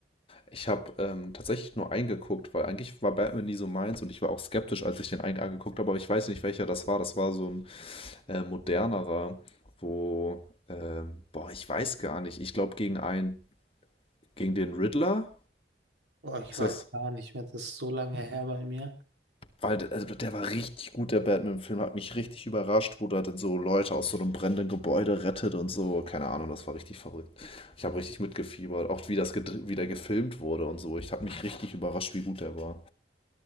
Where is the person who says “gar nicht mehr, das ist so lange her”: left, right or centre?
Right